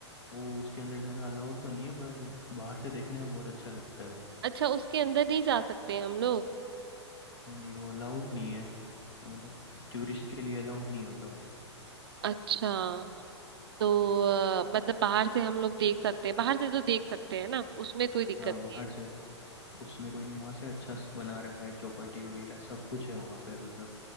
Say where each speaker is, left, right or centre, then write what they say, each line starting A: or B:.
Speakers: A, on the left (about 65°); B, on the right (about 55°).
A: वो उसके अंदर जाना अलाउड तो नहीं है पर बाहर से देखने में बहुत अच्छा लगता है वो
B: अच्छा उसके अंदर नहीं जा सकते हैं हम लोग
A: नहीं वो अलाउड नहीं है मतलब टूरिस्ट के लिए अलाउड नहीं होता वो
B: अच्छा तो अ, मतलब बाहर से हम लोग देख सकते हैं बाहर से तो देख सकते हैं ना उसमें कोई दिक्कत
A: हाँ बाहर
B: नहीं है
A: से उसमें कोई नहीं वहां से अच्छा स- बना रखा है चौपाटी वगैरह सब कुछ है वहां पे मतलब